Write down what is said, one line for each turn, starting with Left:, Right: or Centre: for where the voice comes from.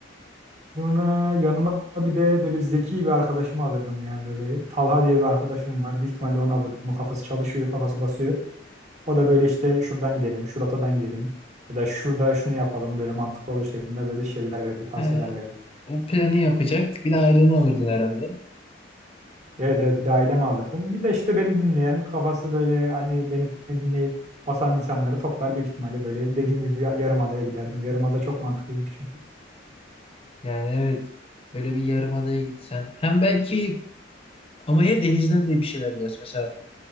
Right: Sonra yanıma bir de böyle zeki bir arkadaşımı alırdım ya böyle Talha diye bir arkadaşım var. Büyük ihtimalle onu alırdım. Onun kafası çalışıyor, kafası basıyor. O da böyle işte şuradan gidelim, şuradan gidelim ya da şurada şunu yapalım böyle mantıklı olur şeklinde böyle şeyler verdi, tavsiyeler
Left: Ha,
Right: verdi.
Left: o planı yapacak. Bir de aileni alırdın herhalde.
Right: Evet evet bir de ailemi alırdım. Bir de işte beni dinleyen, kafası böyle hani beni dinleyip basan insanları toplar büyük ihtimalle böyle dediğim gibi bir yarımadaya giderdim. Yarımada çok mantıklıymış çünkü.
Left: Yani evet. Böyle bir yarımadaya gitsen. Hem belki ama ya denizden de bir şeyler görsen. Mesela